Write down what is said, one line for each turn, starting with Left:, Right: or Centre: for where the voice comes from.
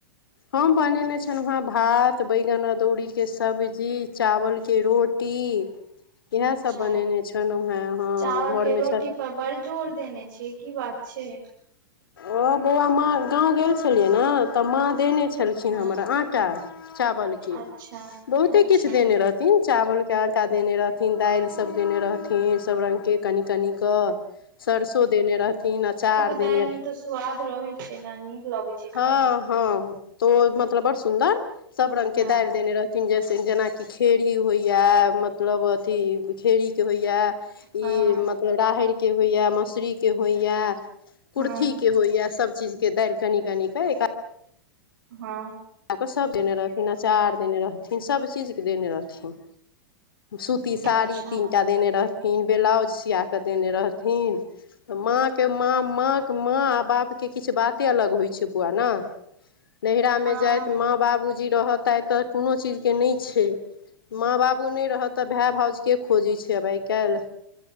Left: हम बनेने छलहुँ हेँ भात बैगन अदौड़ी। के सब्जी चावलके रोटी इएह
Right: अच्छा
Left: सब बनेने छलहुँ हेँ हँ
Right: चावल के
Left: घरमे
Right: रोटी
Left: छ
Right: पर बड़ जोर देने छिअइ की बात छैय।
Left: ओ बौआ माँ गाँंव गेल छलियै ने त माँ देने छैय। लेलखिन
Right: हँ
Left: हमर आंटा चावल के,
Right: अच्छा
Left: बहुते
Right: अच्छा
Left: किछ देने रहथि। थिन चावलके आटा देने रहथिन दालि सब देने रहथिन सब रङ्गके कनि कनि क। सरसो देने रहथिन अचार
Right: दाइल
Left: देने रह
Right: में तऽ स्वाद रहै छैय न नीक लगे छैय
Left: हँ
Right: खाय मे।
Left: हँ तो ओ मतलब बड़ सुंदर सब रंग के
Right: हँ
Left: दाइल देने रह न जैसे जेनाकि खेरही होइया मतलब अथी खेरहीके होइया। ई
Right: हँ
Left: मतलब राहेड़ के होइया, मौसरीके होइए। कुर्थी
Right: हँ
Left: के होइया, सब चीज के दाइल कनी कनी के एका
Right: हँ।
Left: कर सभ देने रहथिन अचार देने रहथिन सभ चीजके देने रहथिन सु ती साड़ी
Right: अच्छा
Left: तीन टा देने रहथिन, बेलाउज सिआक देने रहथिन। त माँके माँ माँके माँ आ बापके किछु बाते अलग होइ छैय बौआ न। नहिरामे
Right: हँ
Left: जाइत माँ बाबूजी रहत त आइ त कोनो चीजके नहि छैय। माँ बाबू नै रहत त भाइ भाउजके खोजै छैय आब आइ काइल।